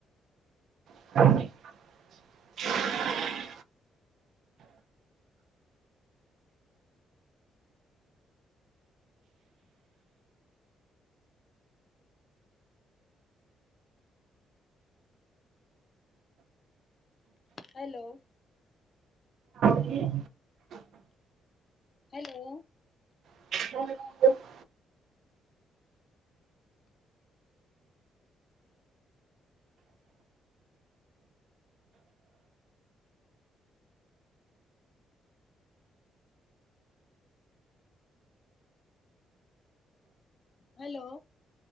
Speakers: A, on the right (about 65°); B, on the left (about 30°).
A: <unintelligible>
B: ہیلو
A: جی
B: ہیلو
A: ہاں
B: ہیلو